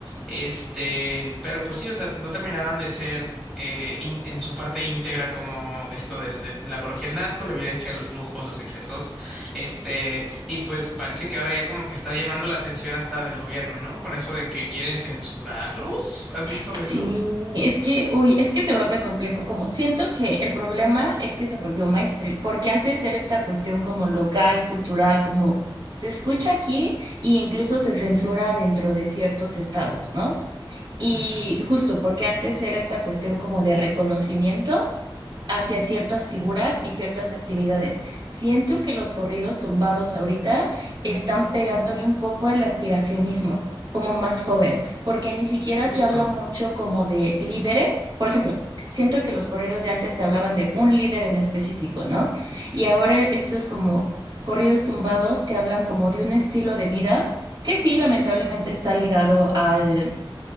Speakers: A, in the centre; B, on the right.
A: Este, pero pues sí, o sea, no terminaban de ser eh, in- en su parte íntegra como esto del, del- de la apología al narco, la violencia, los lujos, los excesos, este, y pues parece que ahora ya como que está llamando la atención hasta del gobierno, ¿no? Con eso de que quieren censurarlos, ¿has visto
B: Sí,
A: de eso?
B: es que, uy, es que se vuelve complejo. Como siento que el problema es que se volvió mainstream, porque antes era esta cuestión como local, cultural, como se escucha aquí e incluso se censura dentro de ciertos estados, ¿no? Y
A: Ujú,
B: justo porque antes era esta cuestión como de reconocimiento hacia ciertas figuras y ciertas actividades. Siento que los corridos tumbados ahorita están pegándole un poco al aspiracionismo, como más joven, porque ni siquiera
A: Justo.
B: te habla mucho como de líderes. Por ejemplo, siento que los corridos de antes te hablaban de un líder en específico, ¿no? Y ahora estos como corridos tumbados te hablan como de un estilo de vida que sí, lamentablemente está ligado al,